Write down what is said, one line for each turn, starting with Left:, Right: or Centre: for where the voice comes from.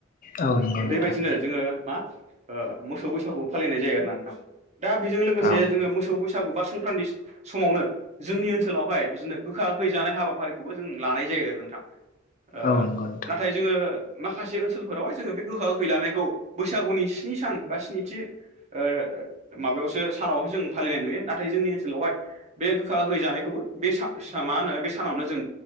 Left: औ नंगौ
Right: बेबायदिनो
Left: नोंथां
Right: जोङो मा मोसौ बैसागु फालिनाय जायो आरो ना नोंथां। दा बेजों लोगोसे
Left: औ
Right: जोङो मोसौ बैसागु बा संक्रान्ति समावनो जोंनि ओनसोलावहाय बिदिनो गोखा गोखै जानाय हाबाफारिखौबो जों लानाय जायो आरो नोंथां। ओ
Left: औ नंगौ नोंथां
Right: नाथाय जोङो माखासे ओनसोलफोरावहाय जोङो बे गोखा गोखै लानायखौ बैसागुनि स्नि सान बा स्निथि ओ माबायावसो सानावसो जों फालिनाय नुयो ना थाय जोंनि ओनसोलावहाय बे गोखा गोखै जानायखौबो बे मा होनो बे सानावनो जों